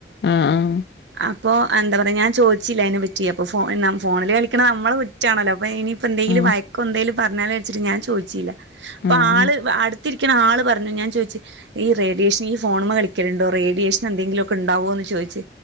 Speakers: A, on the left; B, on the right.
A: ആഹ് ആഹ്
B: അപ്പൊ എന്താ പറയ ഞാൻ ചോദിച്ചില്ല അയ്നെ പറ്റി അപ്പോ ഫോ ഫോണിൽ കളിക്കണ നമ്മള കുറ്റാണല്ലോപയിനി പ്പ എന്തെങ്കിലും
A: ആഹ്
B: വയക്കോ എന്തെലും പറഞ്ഞാലോച്ചിട്ട് ഞാൻ ചോദിച്ചില്ല പ്പൊ
A: ആഹ്
B: ആൾ അ ട് ത്തിരിക്കുന്ന ആൾ പറഞ്ഞു ഞാൻ ചോദിച്ച ഈ റഡിയേഷൻ ഈ ഫോണ്മ കളി ുണ്ടോ റേഡിയേഷൻ എന്തെങ്കിലു ക്കെ ഉണ്ടാവോ എന്ന് ചോദിച്ച്